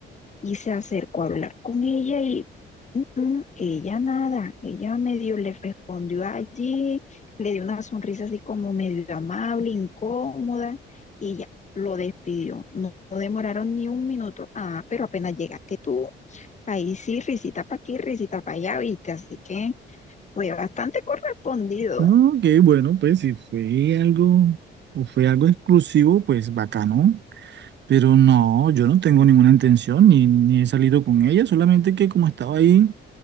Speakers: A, on the left; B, on the right.
A: y se acercó a hablar con ella y "Mm, mm, ella nada, ella medio le respondió allí, le dio una sonrisa así como medio amable, incómoda y ya lo despidió. No, no demoraron ni un minuto. Ah, pero apenas llegaste tú, ahí sí, risita para aquí, risita para allá, viste, así que fue bastante correspondido.
B: No, ok, bueno, pues si fue algo o fue algo exclusivo, pues bacano. Pero no, yo no tengo ninguna intención ni, ni he salido con ella, solamente que como estaba ahí